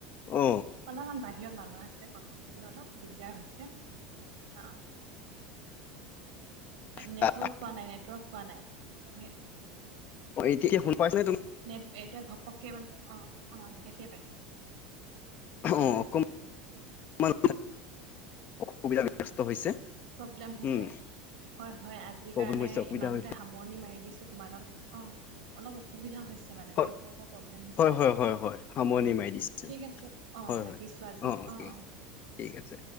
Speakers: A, on the left (about 40°); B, on the right (about 70°).
A: অ
B: অলপমান বাহিৰত মানুহ আছে কথা পাতিবলে অলপ দিগদাৰ হৈছে অ'
A: এতিয়া
B: নেটৱৰ্ক পোৱা নাই নেটৱৰ্ক পোৱা নাই
A: অ' এতিয়া শুনি পাইছা নে তুমি
B: নেপ এতিয়া ঘপককে মানে অ' অ' এতিয়া পাইছো হয়
A: অ'
B: হয়
A: অকমান অসুবিধা ব্যস্ত হৈছে
B: প্ৰব্লেম হৈছে
A: উম
B: হয় হয় আজি
A: প্ৰব্লেম
B: কাৰণে
A: হৈছে অসুবিধা
B: ইমানতে
A: হৈছে
B: সামৰণি মাৰি দিছো তোমাৰো অ' অলপ অসুবিধা হৈছে নেটৱৰ্কৰ
A: হয়
B: প্ৰব্লেম হৈছে
A: হয় হয় হয় হয় সামৰণি
B: উম
A: মাৰি দিছো
B: ঠিক আছে অ
A: হয়
B: ৰা
A: হয়
B: খিছোঁ আজি অ'
A: ঠিক আছে
B: অ'
A: ঠিক আছে।